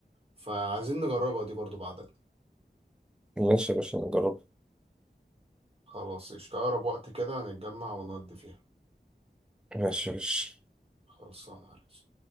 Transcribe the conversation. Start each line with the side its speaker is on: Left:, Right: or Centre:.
Right: فعايزين نجربها دي برضه بعدد
Centre: ماشي يا باشا نجرب
Right: خلاص اشتغل اقرب وقت كده هنتجمع ونودي فيها
Centre: ماشي يا باشا
Right: خلاص انا عارف